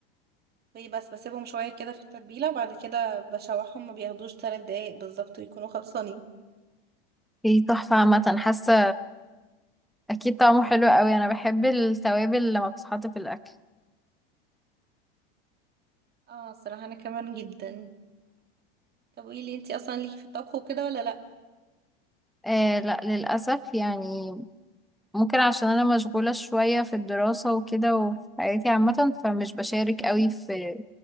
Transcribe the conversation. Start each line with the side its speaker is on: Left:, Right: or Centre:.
Right: بي- بس بسيبهم شوية كده في التتبيلة وبعد كده بشوحهم ما بياخدوش ثلاث دقايق بالظبط ويكونوا خلصانين
Centre: ايه تحفه عامه حاسه اكيد طعمه حلو قوي انا بحب التوابل لما بتتحط في الاكل
Right: اه الصراحة انا كمان جدا طب قولي انتي اصلا ليكي في الطبخ وكده ولا لا
Centre: آه لا للأسف يعني ممكن عشان أنا مشغولة شوية في الدراسة وكده وفي حياتي عامة فمش بشارك قوي في